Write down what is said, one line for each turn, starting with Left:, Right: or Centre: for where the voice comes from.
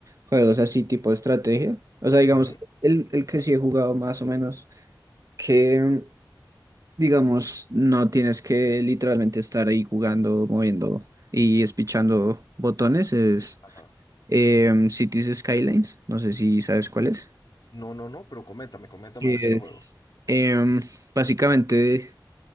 Right: juegos así tipo de estrategia. O sea, digamos,
Left: Ujú,
Right: el, el que sí he jugado más o menos, que digamos, no tienes que literalmente estar ahí jugando, moviendo y espichando botones, es
Left: ajá.
Right: em, Cities Skylines. No sé si sabes cuál es.
Left: No, no, no, pero coméntame, coméntame
Right: que
Left: a ver si lo
Right: es,
Left: juego.
Right: em, básicamente